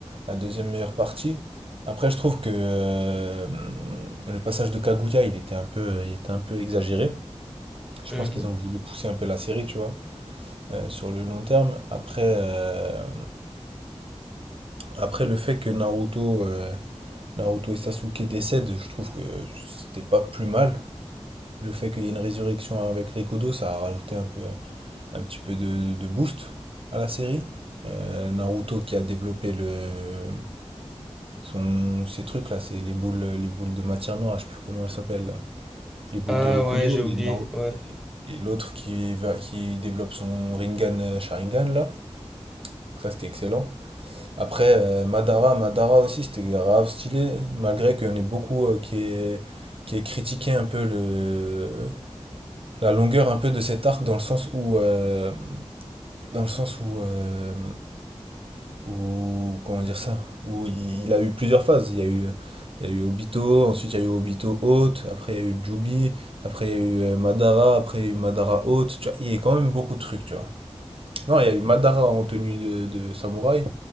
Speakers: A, on the right (about 55°); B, in the centre.
A: la deuxième meilleure partie. Après, je trouve que euh, le passage de Kaguya, il était un peu, il était un peu exagéré. Je
B: Mhm.
A: pense qu'ils ont voulu pousser un peu la série, tu vois, euh, sur le long terme. Après, euh, après le fait que Naruto, euh, Naruto et Sasuke décèdent, je trouve que c'était pas plus mal. Le fait qu'il y ait une résurrection avec Rikudo, ça a rajouté un peu, un petit peu de, de boost à la série. Euh, Naruto qui a développé le, son, ces trucs-là, c'est les boules, les boules de matière noire, je sais plus comment elles s'appellent. là. Les boules
B: Ah
A: de Rikudo
B: ouais, j'ai oublié,
A: et non,
B: ouais.
A: et l'autre qui va, qui développe son Rinnegan euh, Sharingan là. Ça c'était excellent. Après euh, Madara, Madara aussi c'était grave stylé, malgré qu'on ait beaucoup euh, qui est qui est critiqué un peu le la longueur un peu de cet arc dans le sens où euh, dans le sens où euh, ou comment dire ça, où il, il a eu plusieurs phases. Il y a eu, il y a eu Obito, ensuite il y a eu Obito Haute, après il y a eu Jubi, après il y a eu euh, Madara, après il y a eu Madara Haute, tu vois, il y a quand même beaucoup de trucs, tu vois. Non, il y a eu Madara en tenue de, de samouraï,